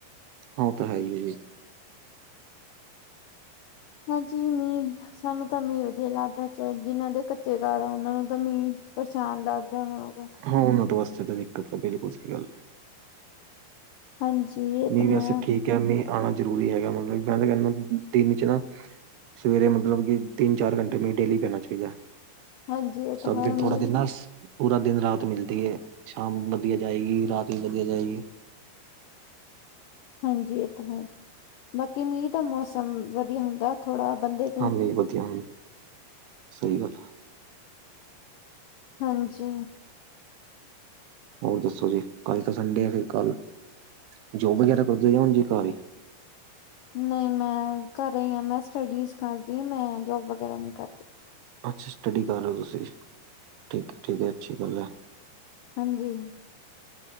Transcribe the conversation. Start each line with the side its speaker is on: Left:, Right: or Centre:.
Right: ਓ ਤਾਂ ਹੈ ਹੀ ਐ ਜੀ।
Left: ਹਾਂਜੀ ਮੀਂਹ, ਸਾਨੂੰ ਤਾਂ ਮੀਂਹ ਵਧੀਆ ਲੱਗਦਾ ਜਿਹਨਾਂ ਦੇ ਕੱਚੇ ਘਰ ਆ ਉਹਨਾਂ ਨੂੰ ਮੀਂਹ ਪਰੇਸ਼ਾਨ ਲੱਗਦਾ ਹੋਊਗਾ।
Right: ਹਾਂ ਉਹਨਾਂ ਤੋਂ ਵਾਸਤੇ ਤਾਂ ਦਿੱਕਤ ਆ ਬਿਲਕੁਲ ਸਹੀ ਗੱਲ ਏ।
Left: ਹਾਂਜੀ। ਇਹ
Right: ਮੀਂਹ
Left: ਤਾਂ ਹੈ,
Right: ਵੈਸੇ ਠੀਕ ਆ, ਮੀਂਹ ਆਣਾ ਜ਼ਰੂਰੀ ਹੈਗਾ ਮਤਲਬ ਮੈਂ ਤਾਂ ਕਹਿੰਦਾ ਦਿਨ ਚ ਨਾ ਸਵੇਰੇ ਮਤਲਬ ਕਿ ਤਿੰਨ- ਚਾਰ ਘੰਟੇ ਮੀਂਹ ਡੇਲੀ ਪੈਣਾ ਚਾਹੀਦਾ।
Left: ਹਾਂਜੀ ਇਹ ਤਾਂ
Right: ਤਦ
Left: ਹੈ
Right: ਫੇਰ ਥੋੜਾ
Left: ਮੀਂਹ
Right: ਦਿਨ ਬਸ ਪੂਰਾ ਦਿਨ ਰਾਤ ਮਿਲਦੀ ਏ, ਸ਼ਾਮ ਵਧੀਆ ਜਾਏਗੀ, ਰਾਤ ਵੀ ਵਧੀਆ ਜਾਏਗੀ।
Left: ਹਾਂਜੀ ਇਹ ਤਾਂ ਹੈ, ਬਾਕੀ ਮੀਂਹ ਦਾ ਮੌਸਮ ਵਧੀਆ ਹੁੰਦਾ ਥੋੜਾ ਬੰਦੇ ਤੋਂ
Right: ਹਾਂ ਨਹੀਂ ਵਧੀਆ ਸਹੀ ਗੱਲ ਆ।
Left: ਹਾਂਜੀ।
Right: ਹੋਰ ਦੱਸੋ ਜੀ, ਕੱਲ ਤਾਂ ਸੰਡੇ ਆ ਫਿਰ ਕੱਲ ਜੋਬ ਵਗੈਰਾ ਕਰਦੇ ਔ, ਜਾਂ ਉਂਜ ਈ ਘਾਰ ਹੀ?
Left: ਨਹੀਂ ਮੈਂ ਘਰੇ ਆ, ਮੈਂ ਸਟੱਡੀਜ਼ ਕਰਦੀ ਆ, ਮੈਂ ਜੋਬ ਵਗੈਰਾ ਨਹੀਂ ਕਰਦੀ।
Right: ਅੱਛਾ ਸਟੱਡੀ ਕਰ ਰਹੇ ਹੋ ਤੁਸੀਂ, ਠੀਕ ਐ ਠੀਕ ਐ ਅੱਛੀ ਗੱਲ ਐ।
Left: ਹਾਂਜੀ।